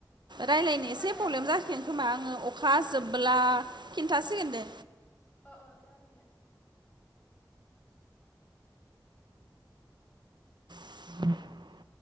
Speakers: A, on the left (about 20°); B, on the right (about 75°).
A: ओ
B: रायलायनो
A: खोनादों
B: एसे पलेम
A: आं खोनानायालाय
B: जासिगोन खोमा आङो अखा हाजो होमब्ला खिन्थासिगोन दे
A: अ अ जागोन दे
B: <unintelligible>